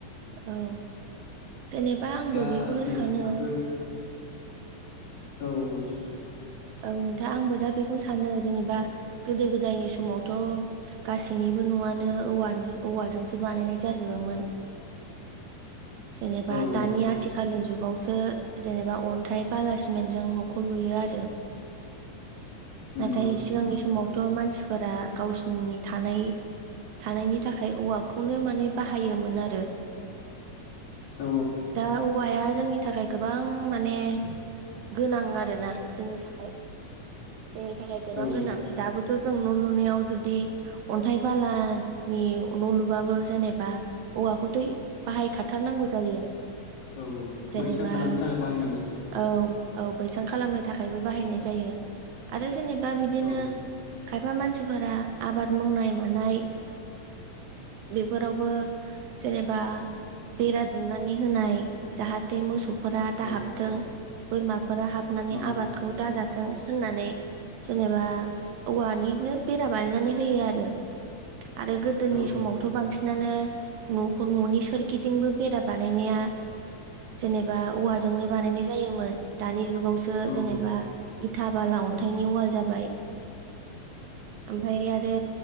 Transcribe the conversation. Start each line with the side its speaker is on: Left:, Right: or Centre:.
Right: औ जेनेबा आंबो
Left: दा
Right: बेखौनो
Left: नोंथाङाबो
Right: सानो
Left: औ
Right: औ नोंथां आंबो दा बेखौनो सानो जेनेबा गोदो गोदायनि समावथ' गासैनिबो नआ नों औवानो औवाजोंसो बानायनाय जाजोबोमोन। जेनेबा
Left: औ
Right: दानि
Left: औ
Right: आथिखालनि जुगाव खोब जेनेबा अन्थाइ बाला सिमेन्टजों न'खौ लुयो आरो।
Left: नंगौ
Right: नाथाय
Left: नोंथां
Right: सिगांनि
Left: नंगौ
Right: समावथ' मानसिफोरा गावसिनि थानाय थानायनि थाखाय औवाखौनो माने बाहायोमोन आरो
Left: औ
Right: दा औवाया जोंनि थाखाय गोबां माने गोनां आरोना जोंनि थाखाय। जोंनि थाखाय गोबां
Left: औ
Right: गोनां दाबोथ' जों न' लुनायाव जुदि अन्थाइ बालानि न' लुबाबो जेनेबा हौवाखौथ' बाहायखाथारनांगौ जायो
Left: औ
Right: जेनेबा
Left: बैसां खालामनो थाखाय बाहायनांगौ
Right: औ औ बैसां खालामनो थाखायबो बाहायनाय जायो आरो जेनेबा बिदिनो
Left: औ
Right: खायफा मानसिफोरा आबाद मावनाय मानाय बेफोरावबो जेनेबा बा बेरा दुमनानै होनाय जाहाथे मोसौ फोरा दाहाबथों
Left: औ
Right: बोरमाफोरा हाबनानै
Left: औ
Right: आबादखौ दाजाथों होननानै जेनेबा औवानिनो बेरा बानायनानै होयो आरो आरो गोदोनि
Left: औ
Right: समावथ'
Left: नंगौ
Right: बांसिनानो न'खौ न'नि सोरगिदिंबो बेरा बानायनाया जेनेबा औवाजोंनो बानायनाय जायोमोन दानि गावसो
Left: औ
Right: जेनेबा इथा बाला अन्थाइनि अवाल जाबाय ओमफ्राय आरो